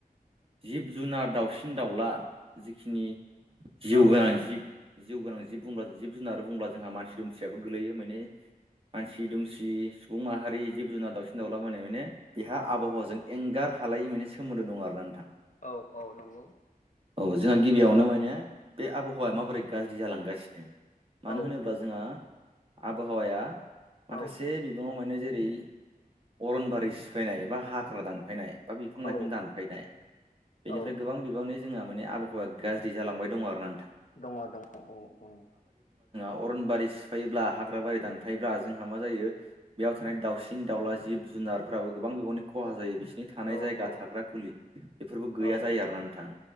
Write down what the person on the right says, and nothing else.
जिब जुनार दाउसिन दाउला जिखिनि जिउ
गोनां जिब जिउ गोनां जिब बुंब्ला जिब जुनार बुंब्ला जोंहा मानसि दुमसियाबो गोलैयो माने मानसि दुमसि सुबुं माहारि जिब जुनार दावउसिन दाउला माने बेहा आबहावाजों एंगार हालायै माने सोमोन्दो दं आरोना नोंथां
औ जोंहा गिबियावनो माने बे आबहावाया माबोरै गाज्रि जालांगासिनो मानो
होनोब्ला जोंहा आबहावाया माखासे
बिबाङाव माने जेरै अरनबारि सिफायनाय बा हाग्रा दानफायनाय बा बिफां
लाइफां दानफायनाय बेनिफ्राय
गोबां बिबांनि जोंहा माने आबहावाया गाज्रि जालांबाय दङ आरोना। नोंथां
अरन बारि सिफायोब्ला हाग्रा बारि दानफायोब्ला जोंहा मा जायो बेयाव थानाय दाउसिन दाउला जिब जु जुनारफोराबो गोबां बिबांनि खहा जायो बिस नि थानाय
जायगा
थाग्रा खुलि बेफोरबो गैया
जायो आरोना नोंथां।